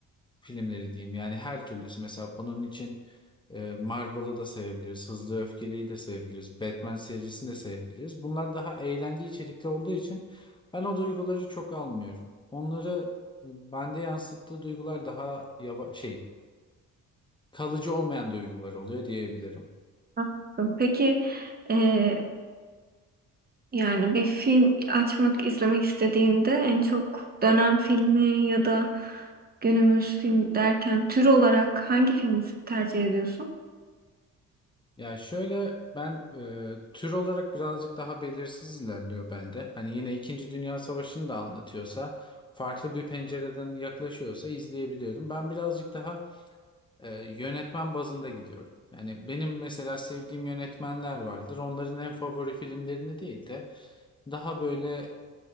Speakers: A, on the left; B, on the right.
A: filmleri diyeyim. Yani her türlüsü. Mesela bunun için e, Marvel'ı da sayabiliriz. Hızlı ve Öfkeli'yi de sayabiliriz. Batman serisini de sayabiliriz. Bunlar daha eğlence içerikli olduğu için ben o duyguları çok almıyorum. Onları e, bende yansıttığı duygular daha yava şey kalıcı olmayan duygular oluyor diyebilirim.
B: Anladım. Peki e, yani bir film açmak izlemek istediğinde en çok dönem filmi ya da günümüz film derken tür olarak hangi filmi tercih ediyorsun?
A: Ya şöyle ben e, tür olarak birazcık daha belirsiz ilerliyor bende. Hani yine İkinci Dünya Savaşı'nı da anlatıyorsa, farklı bir pencereden yaklaşıyorsa izleyebiliyorum. Ben birazcık daha e, yönetmen bazında gidiyorum. Yani benim mesela sevdiğim yönetmenler vardır. Onların en favori filmlerini değil de daha böyle